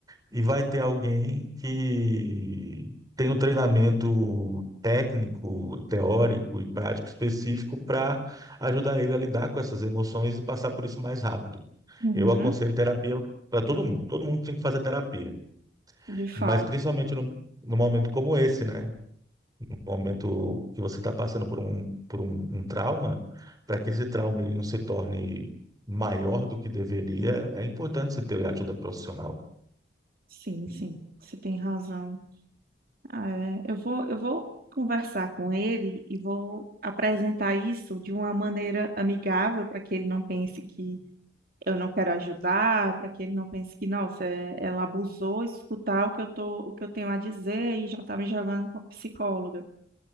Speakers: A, on the right (about 20°); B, on the right (about 55°).
A: e vai ter alguém que tem o treinamento técnico, teórico e prático específico para ajudar ele a lidar com essas emoções e passar por isso mais rápido.
B: Uhum,
A: Eu aconselho terapia para todo mundo, todo mundo tem que fazer terapia,
B: de fato.
A: mas principalmente num num momento como esse, né? no momento que você está passando por um, por um, um trauma, para que esse trauma ele não se torne maior do que deveria, é importante você ter ajuda profissional.
B: Sim, sim, você tem razão. É, eu vou, eu vou conversar com ele e vou apresentar isso de uma maneira amigável para que ele não pense que eu não quero ajudar, para que ele não pense que, nossa, é- ela abusou, escutar o que eu tô, o que eu tenho a dizer e já tá me jogando com a psicóloga.